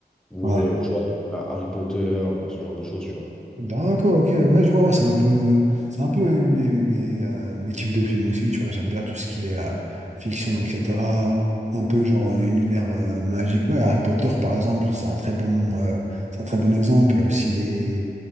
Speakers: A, in the centre; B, on the right.
A: ou,
B: Ouais.
A: euh, tu vois, Harry Potter, euh, ce genre de choses, tu vois.
B: D'accord, ok, ouais, je vois, ouais, c'est un peu, c'est un peu mes, mes, mes, euh, mes types de films aussi, tu vois, j'aime bien tout ce qui est euh, fiction, etc. Un peu genre euh, univers euh, magique, ouais, Harry Potter par exemple, c'est un très bon, euh, c'est un très bon exemple. Il y a aussi les,